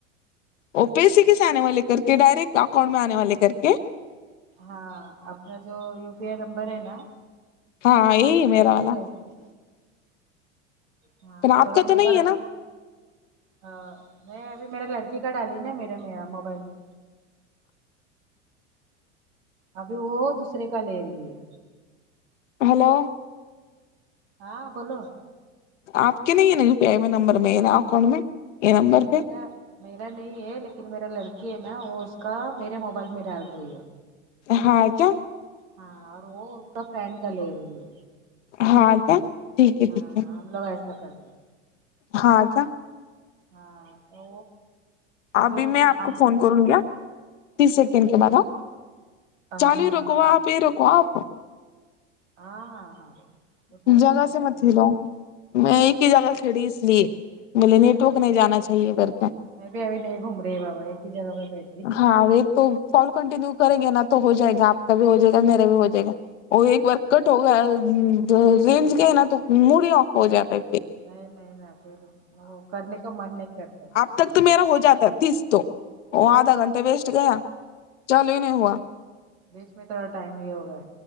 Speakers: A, on the left; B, on the right.
A: او پیسے کیسے آنے والے کر کے ڈائریکٹ اکاؤنٹ میں آنے والے کر کے
B: ہاں اپنا جو یوپی آئی نمبر ہے نا
A: ہاں یہی
B: وہ
A: ہے
B: ڈالنے
A: میرا والا
B: کا اس میں ہاں
A: پھر آپ
B: تو
A: کا
B: وہ نمبر
A: نہیں ہے نا
B: ہاں نہیں ابھی میرے لڑکے کا ڈالی نا میرے میں موبائل میں ابھی وہ دوسرے کا لے رہی ہے
A: ہلو
B: ہاں بولو
A: آپ کے نہیں ہے نا یو پی آئی میں نمبر مین اکاؤنٹ میں یہ نمبر
B: میرا
A: پہ
B: میرا نہیں ہے لیکن میرا لڑکی ہے نا اس کا میرے موبائل میں ڈال رہی ہے
A: ہاں کیا
B: ہاں اور وہ اس کا فرینڈ کا لے رہی ہے
A: ہاں کیا ٹھیک ہے
B: ہاں
A: ٹھیک ہے
B: ہم لوگ ایسا کر رہے
A: ہاں کیا
B: ہاں تو
A: ابھی
B: وہ
A: میں آپ
B: ہم
A: کو فون کروں گی ہاں تیس سیکنڈ کے بعد ہاں
B: ہاں
A: چالیو
B: ہاں
A: رکھو آپ یہ رکھو آپ
B: ہاں ہاں ہاں اٹھاتی
A: جگہ
B: ابھی
A: سے
B: ڈائریکٹ
A: مت ہلو
B: کر
A: میں ایک ہی جگہ کھڑی اس لیے بولے نیٹ
B: ہاں
A: ورک نہیں جانا چاہیے کر کے
B: <unintelligible> بھی ابھی نہیں گھوم رہے بابا ہی جگہ پہ بیٹھی ہے
A: ہاں وہی تو کل کنٹینیو کریں گے نا تو ہو جائے گا آپ کا بھی ہو جائے گا میرا بھی ہو جائے گا وہ ایک بار کٹ ہو گیا رینج گئی نا تو موڈ ہی آف ہو جاتے
B: نہیں نہیں نا پھر وہ کرنے کا من نہیں کرتا
A: ب تک تو میرا ہو جاتا ہے تیس تو وہ آدھا گھنٹہ ویسٹ گیا چلو ہی نہیں ہوا
B: دیش میں تھوڑا ٹائم ہی ہوگا